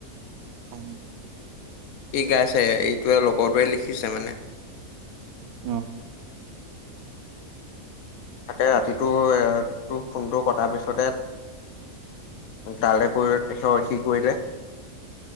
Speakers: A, on the right (about 90°); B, on the left (about 80°).
A: হয় <unintelligible>
B: সি গাইছে এইটোৱে লগৰটোৱে লিখিছে মানে
A: উম।
B: তাকে ৰাতিটো তোৰ ফোনটো কটাৰ পিছতে তালৈ কৰিলে সি কৰিলে।